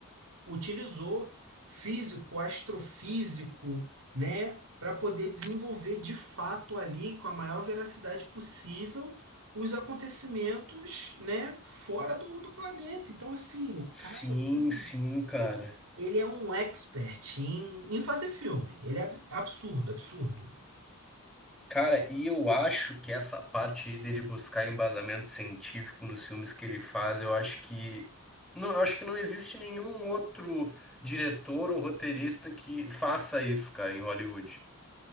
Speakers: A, on the right; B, in the centre.
A: utilizou físico, astrofísico, né? Para poder desenvolver de fato ali, com a maior veracidade possível, os acontecimentos, né? Fora do, do planeta. Então, assim, o
B: Sim,
A: cara, ele
B: sim, cara.
A: ele é um expert em, em fazer filme. Ele é ab- absurdo, absurdo.
B: Cara, e eu acho que essa parte aí dele buscar embasamento científico nos filmes que ele faz, eu acho que não, eu acho que não existe nenhum outro diretor ou roteirista que faça isso, cara, em Hollywood.